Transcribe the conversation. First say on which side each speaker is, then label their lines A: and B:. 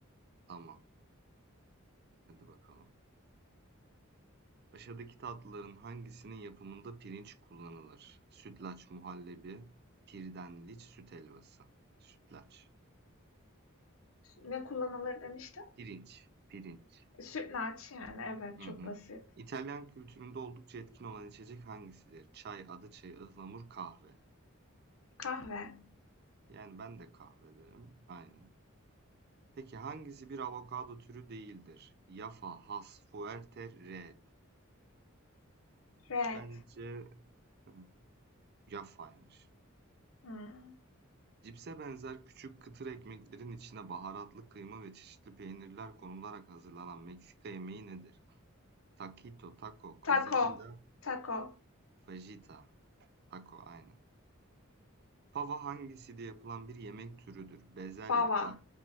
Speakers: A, on the right (about 50°); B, on the left (about 75°).
A: Tamam. Hadi bakalım. Aşağıdaki tatlıların hangisinin yapımında pirinç kullanılır? Sütlaç muhallebi, pirdenliç süt helvası. Sütlaç.
B: Ne kullanılır demiştin?
A: Pirinç. Pirinç.
B: Sütlaç yani evet
A: Hı
B: çok
A: hı.
B: basit.
A: İtalyan kültüründe oldukça etkin olan içecek hangisidir? Çay, adı çayı, ıhlamur, kahve.
B: Kahve.
A: Yani ben de kahve derim. Aynen. Peki hangisi bir avokado türü değildir? Yafa, has, fuerte, red.
B: Red.
A: Bence hı, yafaymış.
B: Hmm.
A: Cipse benzer küçük kıtır ekmeklerin içine baharatlı kıyma ve çeşitli peynirler konularak hazırlanan Meksika yemeği nedir? Taquito, taco, quesadilla,
B: Taco. Taco.
A: fajita. Taco, aynen. Fava hangisiyle yapılan bir yemek türüdür? Bezelye,
B: Fava.
A: bak,